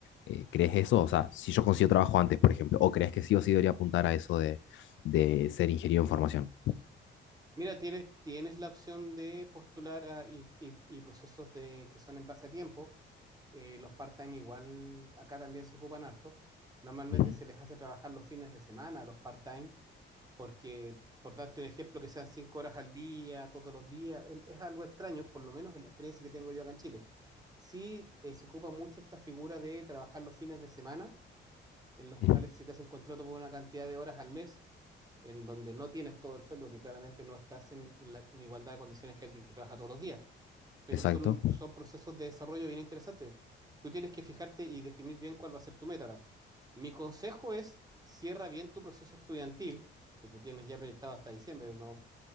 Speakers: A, on the left; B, on the right.
A: Eh, ¿crees eso? O sea, si yo consigo trabajo antes, por ejemplo, ¿o crees que sí o sí debería apuntar a eso de, de ser ingeniero en formación?
B: Mira, tienes, tienes la opción de postular a- y, y- y procesos de, que son en base a tiempo. Eh, los part-time igual acá también se ocupan harto. Normalmente
A: Ujú,
B: se les hace trabajar los fines de semana a los part-time, porque por darte un ejemplo, que sean cinco horas al día, todos los días, em- es, algo extraño, por lo menos en la experiencia que tengo yo acá en Chile. Sí, eh, se ocupa mucho esta figura de trabajar los fines de semana en los
A: ujú,
B: cuales se te hace un contrato por una cantidad de horas al mes, en donde no tienes todo el sueldo, que claramente no estás en, la- en igualdad de condiciones que alguien que trabaja todos los días, pero
A: Exacto.
B: son, son procesos de desarrollo bien interesantes. Tú tienes que fijarte y definir bien cuál va a ser tu meta. Ahora, mi consejo es, cierra bien tu proceso estudiantil, que tú tienes ya proyectado hasta diciembre, no,